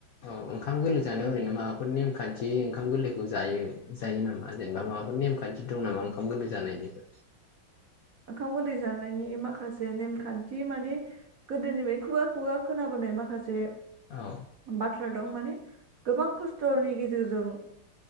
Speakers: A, on the left; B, on the right.
A: औ ओंखाम गोरलै जानायाव ओरैनो माबाफोर नेम खान्थि ओंखाम गोरलैखौ जायो जायो नामा जेनेबा माबाफोर नेमखान्थि दं नामा ओंखाम गोरलै जानायनिबो?
B: ओंखाम गोरलै जानायनि माखासे नेमखान्थि माने गोदोनिफ्राय खुगा खुगा खोनाबोनाय माखासे
A: औ
B: बाथ्रा दं माने गोबां खस्थ'नि गेजेरजों